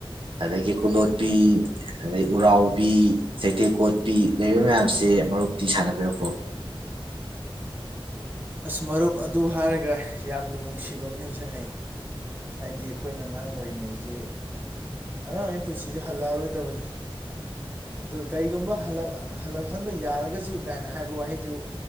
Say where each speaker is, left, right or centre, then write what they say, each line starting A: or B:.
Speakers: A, on the right; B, on the right.
A: ꯑꯗꯒꯤ ꯀꯨꯂꯣꯠꯄꯤ ꯑꯗꯩ ꯎꯔꯥꯎꯕꯤ ꯆꯩꯊꯦꯛ ꯀꯣꯠꯄꯤ ꯂꯩꯔꯤꯕ ꯃꯌꯥꯝꯁꯦ ꯃꯔꯨꯞꯇꯤ ꯁꯥꯟꯅꯕꯤꯔꯛꯄ꯭ꯔꯣ
B: ꯑꯁ ꯃꯔꯨꯞ ꯑꯗꯨ ꯍꯥꯏꯔꯒ ꯌꯥꯝꯅ ꯅꯨꯡꯁꯤꯕ ꯑꯃ ꯅꯤꯡꯁꯤꯡꯉꯛꯏ ꯍꯥꯏꯗꯤ ꯑꯩꯈꯣꯏꯅ ꯑꯉꯥꯡ ꯑꯣꯏꯔꯤꯉꯩꯁꯤ ꯑꯉꯥꯡꯉꯩ ꯄꯨꯟꯁꯤꯁꯦ ꯍꯜꯂꯛꯑꯔꯣꯏꯗꯕꯅꯤ ꯑꯗꯨꯒ ꯀꯔꯤꯒꯨꯝꯕ ꯍꯜꯂꯛꯍꯟꯕ ꯌꯥꯔꯒꯁꯨ ꯥꯏꯅ ꯍꯥꯏꯕ ꯋꯥꯍꯩꯗꯨ